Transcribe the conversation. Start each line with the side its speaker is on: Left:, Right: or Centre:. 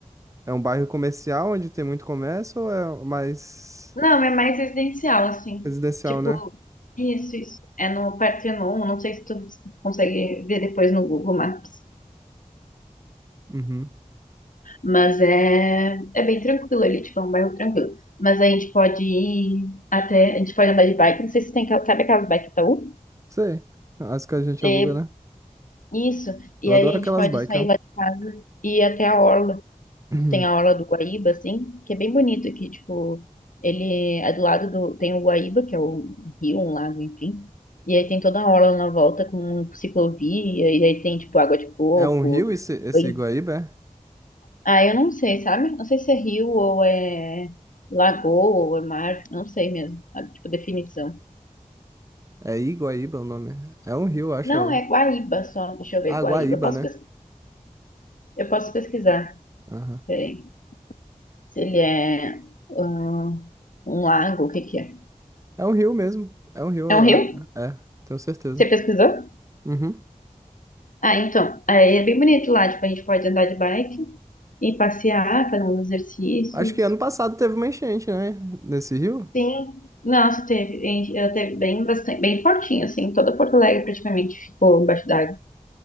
Right: É um bairro comercial onde tem muito comércio ou é mais.
Left: Não, é mais residencial, assim.
Right: Residencial,
Left: Tipo,
Right: né?
Left: isso, isso. É no Partenon. não sei se tu consegue ver depois no Google Maps.
Right: Uhum.
Left: Mas é, é bem tranquilo ali, tipo, é um bairro tranquilo. Mas a gente pode ir até, a gente pode andar de bike, não sei se tem, aquela- sabe aquelas bike Itaú?
Right: Sei. As que a gente
Left: É,
Right: aluga, né?
Left: isso. E
Right: Eu
Left: aí
Right: adoro
Left: a gente
Right: aquelas
Left: pode
Right: bikes.
Left: sair
Right: ó.
Left: lá
Right: <clears throat>
Left: de casa e ir até a orla
Right: Uhum.
Left: Tem a Orla do Guaíba, assim, que é bem bonito aqui, tipo, ele é do lado do. Tem o Guaíba, que é um rio, um lago, enfim. E aí tem toda a orla na volta com ciclovia, e aí tem, tipo, água de coco,
Right: É um rio esse, esse
Left: banho.
Right: Iguaíba? É
Left: Ah, eu não sei, sabe? Não sei se é rio ou é lagoa ou é mar, não sei mesmo, sabe? Tipo, definição.
Right: É Iguaíba o nome. É um rio, acho.
Left: Não,
Right: é o-
Left: é Guaíba só, deixa eu ver,
Right: Ah,
Left: Guaíba.
Right: Guaíba,
Left: Posso
Right: né?
Left: pesquisar? eu posso pesquisar,
Right: Aham.
Left: peraí. Se ele é ah, um lago, o que que é?
Right: É um rio mesmo. É um rio.
Left: É
Right: eu-
Left: um rio?
Right: É, tenho certeza.
Left: Você pesquisou?
Right: Uhum.
Left: Ah, então, aí é bem bonito lá, tipo, a gente pode andar de bike e passear, fazer uns exercícios.
Right: Acho que ano passado teve uma enchente, né? Nesse rio?
Left: Sim. Nossa, teve, em- eu teve bem bastante, bem fortinho, assim, toda Porto Alegre praticamente ficou embaixo d'água.